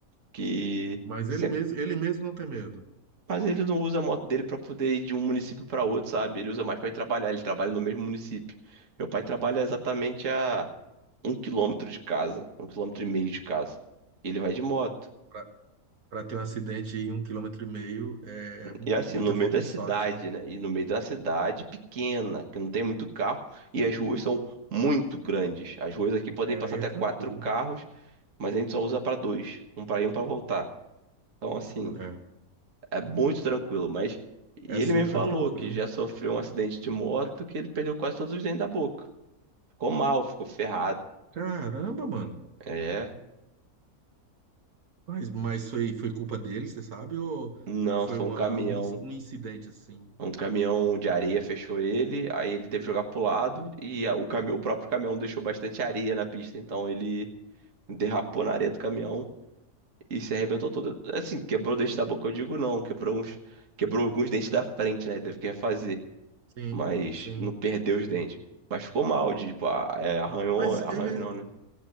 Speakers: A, on the right; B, on the right.
A: Que
B: Mas
A: sempre.
B: ele mesmo, ele mesmo não tem medo.
A: Mas ele não usa a moto dele pra poder ir de um município pra outro, sabe? Ele usa mais pra ir trabalhar. Ele trabalha no mesmo município. Meu pai trabalha exatamente a um quilômetro de casa, um quilômetro e meio de casa. Ele vai de moto.
B: Pra pra ter um acidente em um quilômetro e meio é m-
A: E assim,
B: muita
A: no meio
B: falta
A: da cidade,
B: de sorte, né?
A: né? E no meio da cidade pequena, que não tem muito carro, e as ruas são muito grandes. As ruas aqui podem
B: É,
A: passar
B: aí
A: até
B: é tranquilo.
A: quatro carros, mas a gente só usa para dois, um para ir e um para voltar. Então, assim,
B: É,
A: é muito tranquilo, mas e
B: é
A: ele
B: super
A: me falou
B: tranquilo.
A: que já sofreu um acidente de moto que ele perdeu quase todos os dentes da boca. Ficou mal, ficou ferrado.
B: Caramba, mano.
A: É,
B: Mas, mas foi, foi culpa dele, você sabe? Ou,
A: não,
B: ou foi
A: foi
B: uma,
A: um caminhão.
B: um, in- um incidente assim?
A: Um caminhão de areia fechou ele, aí ele teve que jogar pro lado e a- o, cami- o próprio caminhão deixou bastante areia na pista, então ele derrapou na areia do caminhão e se arrebentou todo. Assim, quebrou o dente da boca, eu digo não, quebrou uns, quebrou alguns dentes da frente, né? Teve que refazer,
B: Sim,
A: mas
B: sim,
A: não perdeu
B: sim.
A: os dentes. Mas ficou mal, tipo, a- é, arranhou,
B: Mas
A: arranhou
B: ele,
A: não, né?